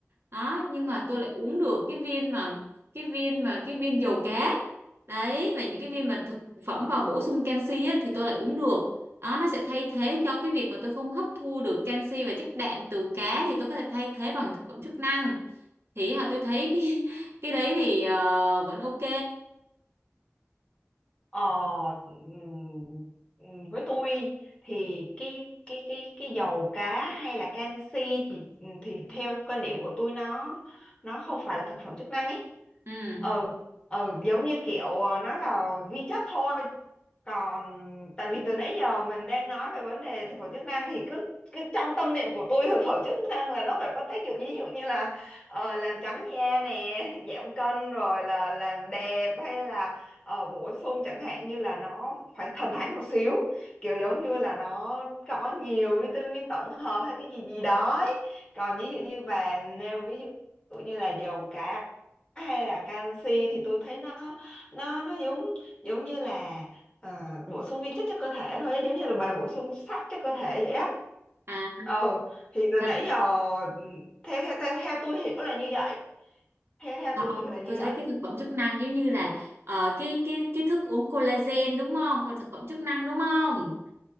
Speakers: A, on the right; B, on the left.
A: đó nhưng mà tôi lại uống được cái viên mà cái viên mà cái viên dầu cá đấy và những cái viên mà thực phẩm vào bổ sung canxi á, thì tôi lại uống được đó nó sẽ thay thế cho cái việc mà tôi không hấp thu được canxi và chất đạm từ cá thì tôi có thể thay thế bằng thực phẩm chức năng thì hả tôi thấy cái, <laughs> cái đấy thì ờ, vẫn ok
B: Ờ, ừm, ừm, với tôi thì cái cái cái cái dầu cá hay là canxi thì thì theo quan điểm của tôi nó nó không phải là thực phẩm chức năng ấy.
A: ừ
B: Ừ, ừ giống như kiểu ờ, nó là vi chất thôi còn tại vì từ nãy giờ mình đang nói về vấn đề thực phẩm chức năng thì cứ cứ trong tâm niệm của tôi <laughs> thực phẩm chức năng là nó phải có tác dụng ví dụ như là ờ, làm trắng da nè <laughs> giảm cân rồi là làm đẹp hay là ờ, bổ sung chẳng hạn như là nó phải thần thánh một xíu kiểu giống như là nó có nhiều vitamin tổng hợp hay cái gì gì đó ấy. còn ví dụ như bà nêu ví dụ như là dầu cá hay là canxi thì tôi thấy nó nó nó giống giống như là à, bổ sung vi chất cho cơ thể thôi giống như là bà bổ sung sắt cho cơ thể vậy á
A: à
B: ừ thì từ
A: thật
B: nãy giờ ừ, theo theo theo, theo tôi hiểu là như vậy theo theo
A: không
B: tôi hiểu là như
A: tôi thấy
B: vậy
A: cái thực phẩm chức năng giống như là ờ, cái cái cái thức uống collagen đúng không còn thực phẩm chức năng đúng không